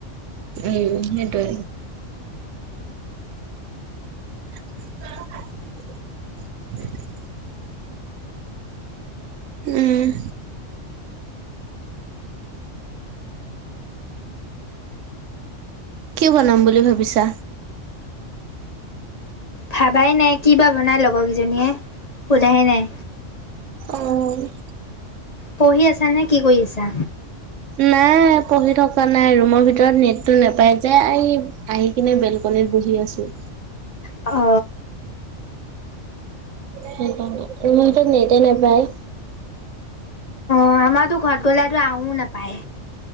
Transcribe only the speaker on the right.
উ সেইটোয়ে <inaudible> উম! কি বনাম বুলি ভাবিছা।
অ'
ন' পঢ়ি থকা নাই ৰুমৰ ভিতৰত নেটটো নোপাই যে আহ আহি কিনে বেলকনিত বহি আছো।
সেই মইটো নতি নাপায়।